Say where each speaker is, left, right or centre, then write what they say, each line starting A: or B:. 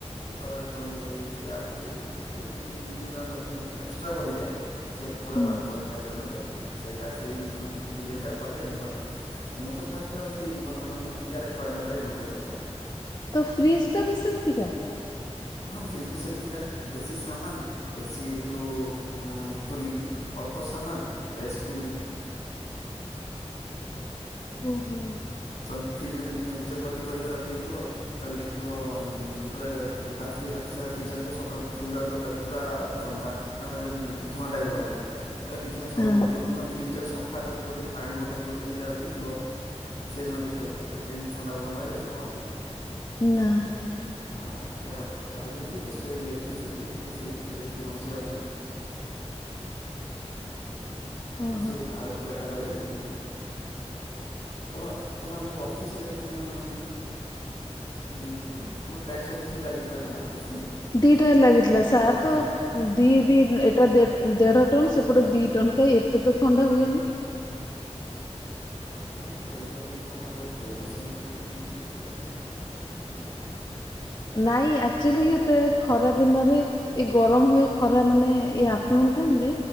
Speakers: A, on the left; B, on the left.
A: ଯେତେବେଳେ ଟୋନି ଭାଇ କିଏ ଆଉ କିଏ ଦି ତିନି ଜଣ ଲୋକ ଏକ୍ସଟ୍ରା ପଡ଼ିବେ ସେ ପୁରା
B: ହୁଁ।
A: ୱାନ୍ ପଏଣ୍ଟ ଫାଇଭ୍ ଫୋନ ଚାଲିବ ସେଇଟା ସେଇ ଡିଜାଇନି ଟାକୁ କୁହାଯାଏ ଇନଭର୍ଟର। ମୁଁ ତ ଫାଷ୍ଟ ଭାବୁଥିଲି ଇନଭର୍ଟର ମାନ ହେଉଛି କରେଣ୍ଟ ଗଲା ଇନଭର୍ଟର ଚାଲିଲା।
B: ତ ଫ୍ରିଜଟା ବି ସେମିତିକା?
A: ହଁ, ଫ୍ରିଜ୍ ବି ସେମିତିକା ବେଶୀ ସାମାନ ବେଶୀ ଯଉ କୁଲିଂ ଅଳ୍ପ ସମାନ ଲେସ୍ କୁଲିଙ୍ଗି।
B: ଓହୋ।
A: ତମେ ଫ୍ରିଜରେ ଯଦି ମେଞ୍ଚେ ପନିପରିବା ରଖିଦେଇଥିବ ତାହେଲେ ଦେଖିବ ଯେତେବେଳେ ରାତି ରାତି ସାରା ଫ୍ରିଜି ଚାଲିଥିବ ସକାଳୁ ଖୋଲିଦେବା ଡୋରଟାକୁ ପୁରା ଥଣ୍ଡା। ମାନେ ଗୋଟେ ଧୂଆଁ ଟାଇପ୍ ର ବାହାରିବ। ତ କିଛି ନାହିଁ ସବ
B: ହଁ
A: ଯେଉଁ ଦିନ ଫ୍ରିଜି ଟାକୁ ସଫା କରିଥିବ ଖାଲି ପାଣି ବୋତଲ ଗୋଟେ ଦିଟା ରଖିଥିବ। ସେହିଦିନ ଦେଖିବ ତ ଏତେ ଏମିତି ଥଣ୍ଡା ପବନ ବାହାରିବ ଜମା ବାହାରିବନି।
B: ନା।
A: ହଁ ଏଇଟା ର କରା ହଉଛି ଏମିତି ସେ ଇଲେକ୍ଟ୍ରିସିଟି ମାନେ ସେ ଇଲେକ୍ଟ୍ରିସିଟି ବଞ୍ଚିବା ପାଇଁ।
B: ଓହୋ।
A: ସେଇ ଆର ପିଲାଟା ଗଲେ ଉ ତମ ତମ ଯଉ ଅଫିସରେ ତମେ ଉ। ତୁମ ଟ୍ୟାକ୍ସ ଅଫିସ୍ରରେ ଲାଗିଥିଲା ନା ଏସି।
B: ଦିଟାର ଲାଗିତଥିଲା ସାର୍ ତ
A: ହଁ
B: ଦିଇ ଦିଇ ଏଟା ଦେ ଦେଢ଼ ଟନ ସେପଟେ ଦୁଇ ଟନ କାହିଁ ଏତେ ତ ଥଣ୍ଡା ହୁଏନି।
A: ତାହେଲେ ମୁଁ କହିପାରିବିନି ତମମାନଙ୍କ ଦେହ ସେମିତି କି ମାନେ ମତେ। <inaudible>
B: ନାଇଁ ଆକ୍ଚୁଆଲି ଏତେ ଖରା ଦିନରେ ଏ ଗରମ ହୁଏ ଖରା ମାନେ ଏଇ ଆଫ୍ଟରନୁନ ଟାଇମ ରେ